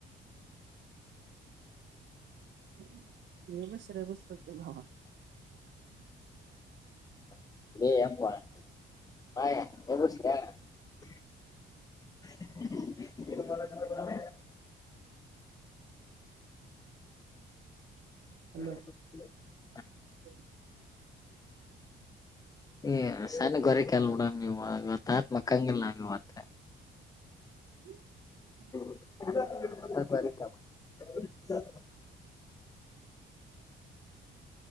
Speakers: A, on the right; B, on the left.
A: <inaudible> ಏನು ಸಿಲ್ಲಬಸ್ ಗೊತ್ತಿಲ್ಲವ್ವ.
B: <unintelligible> <inaudible> <unintelligible>
A: ಅಲೋ <inaudible>
B: ಏ ಸಲೆ ಗೊರಿಕ್ <unintelligible> ಇವತ್ತ್
A: <inaudible>
B: <unintelligible>